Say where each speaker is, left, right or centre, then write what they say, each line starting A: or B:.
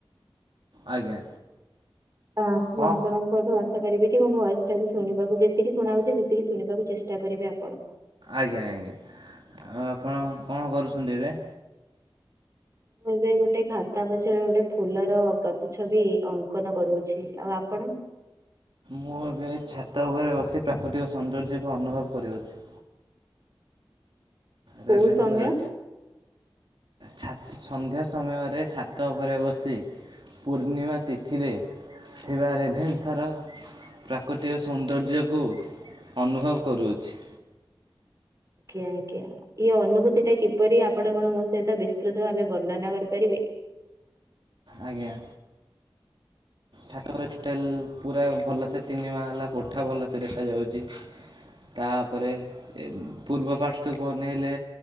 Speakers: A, on the right (about 35°); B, on the right (about 70°).
A: <unintelligible>
B: ଆଜ୍ଞା ହଁ
A: ମୋଠୁ ଆଶା କରିବେ କି ମୋ ଭଏସ୍ ଟାକୁ ଶୁଣିବାକୁ ଯେତିକି ଶୁଣାଯାଉଛି ସେତିକି ଶଣିବାକୁ ଚେଷ୍ଟା କରିବେ ଆପଣ।
B: ଆଜ୍ଞା ଆଜ୍ଞା ଆଉ ଆପଣ କଣ କରୁଛନ୍ତି ଏବେ?
A: ମୁଁ ଏବେ ଗୋଟେ ଖାତା ପଛରେ ଗୋଟେ ଫୁଲର ପ୍ରତିଛବି ଅ ଅଙ୍କନ କରୁଅଛି ଆଉ ଆପଣ?
B: ମୁଁ ଏବେ ଛାତ ଉପରେ ବସି ପ୍ରାକୃତିକ ସୌନ୍ଦର୍ଯ୍ୟକୁ ଅନୁଭବ କରୁଅଛି।
A: କୋଉ
B: ରେଭେନ୍ସା
A: ସମୟ?
B: ରେ ଛାତ ସନ୍ଧ୍ୟା ସମୟରେ ଛାତ ଉପରେ ବସି। ପୂର୍ଣ୍ଣିମା ତିଥିରେ ପୁରା ରେଭେନ୍ସାର ପ୍ରାକୃତିକ ସୌନ୍ଦର୍ଯ୍ୟକୁ ଅନୁଭବ କରୁଅଛି।
A: ଆଜ୍ଞା ଆଜ୍ଞା ଇଏ ଅନୁଭୂତି ଟା କିପରି ଆପଣ କଣ ମୋ ସହିତ ବିସ୍ତୃତ ଭାବେ ବର୍ଣ୍ଣନା କରିପାରିବେ?
B: ଆଜ୍ଞା। ଛତର ହଷ୍ଟେଲ ପୁରା ଭଲସେ ତିନି ମହଲା କୋଠା ଭଲସେ ଦେଖାଯାଉଛି। ତାପରେ ପୂର୍ବ ପାର୍ଶ୍ୱ କୁ ଅନେଇଲେ